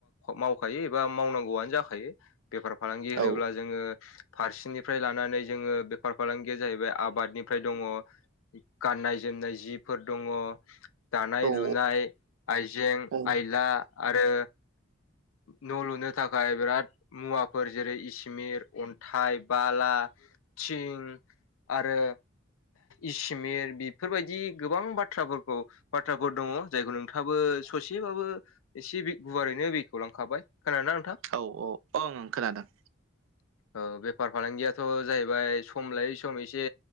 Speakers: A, on the left (about 85°); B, on the right (about 75°).
A: मावखायो एबा मावनांगौआनो जाखायो बेफार फालांगि होनोब्ला
B: औ
A: फारसेनिफ्राय लानानै जोङो बेफार फालांगिया जाहैबाय आबादनिफ्राय दङ गाननाय जोमनाय जिफोर दङ। दानाय
B: औ
A: लुनाय आइजें
B: औ
A: आयला
B: औ
A: आरो न' लुनो थाखाय बिराद मुवाफोर जेरै इ‌ मिर अन्थाइ बाला थिं आरो इसिमट बेफोरबायदि गोबां बाथ्राफोरखौ बाथ्राफोर दङ जायखौ नोंथाङाबो ससेबाबो एसे बे गुवारैनो बेखौ लांखाबाय खोनादोंना नोंथां?
B: औ औ ओंं खोनादों।
A: औ बेफार फालांगियाथ' जाहैबाय सम लायै सम एसे